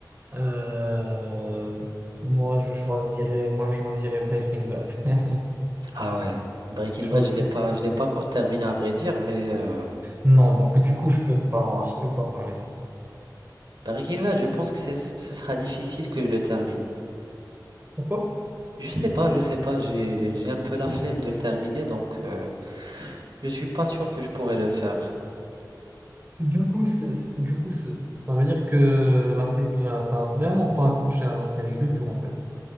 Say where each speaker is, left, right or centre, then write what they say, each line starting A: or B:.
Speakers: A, on the right; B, on the right.
A: Euh, moi, je choisirais, moi, je choisirais Breaking Bad. <laughs>
B: Ah ouais, Breaking
A: Je
B: Bad,
A: choisirais
B: je l'ai pas, je l'ai pas co- terminé à vrai dire, mais euh,
A: Non, donc du coup, je peux pas, je peux pas parler.
B: Breaking Bad, je pense que c'est- ce sera difficile que je le termine.
A: Pourquoi?
B: Je sais pas, je sais pas, j'ai j'ai un peu la flemme de le terminer, donc euh, je suis pas sûr que je pourrais le faire.
A: Du coup, c'est- c'est- du coup, c'est- ça veut dire que la, sé- la, t'as vraiment pas accroché à la série du tout, en fait.